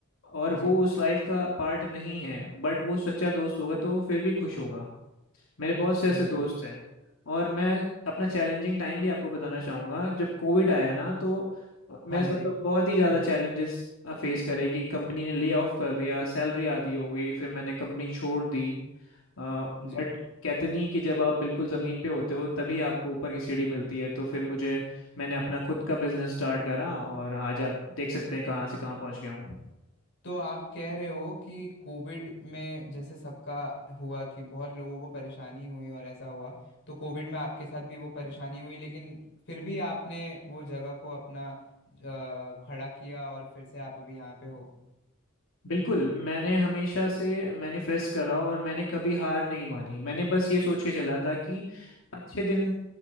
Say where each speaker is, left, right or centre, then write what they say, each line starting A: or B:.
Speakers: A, on the left; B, on the left.
A: और
B: जी
A: वो उस लाइफ का पार्ट नहीं है बट वो सच्चा दोस्त होगा तो वो फिर भी खुश होगा मेरे बहुत से ऐसे
B: जी
A: दोस्त हैं और मैं अपना चैलेंजिंग टाइम भी आपको बताना चाहूँगा जब कोविड आया ना तो मेरे
B: हाँ
A: साथ
B: जी
A: तो बहुत ही ज़्यादा
B: हम्म,
A: चैलेंजेस फेस करे कि कंपनी ने ले ऑफ कर दिया सैलरी आधी हो गई फिर मैंने कंपनी छोड़ दी बट
B: जी
A: कहते नहीं कि जब आप बिल्कुल ज़मीन पे होते हो तभी आपको ऊपर की सीढ़ी मिलती है तो फिर मुझे मैंने अपना खुद का बिजनेस स्टार्ट करा और आज आप देख सकते हैं कहाँ से कहाँ पहुँच गया हूँ
B: तो आप कह रहे हो कि कोविड में जैसे सबका हुआ कि बहुत लोगों को परेशानी हुई और ऐसा हुआ तो कोविड में आपके साथ भी वो परेशानी हुई लेकिन फिर भी आपने वो जगह को अपना अ, खड़ा किया और फिर से आप अभी यहाँ पे हो
A: बिल्कुल मैंने हमेशा से मैनिफेस्ट करा और मैंने कभी हार नहीं मानी मैंने बस ये सोच के चला था कि अच्छे दिन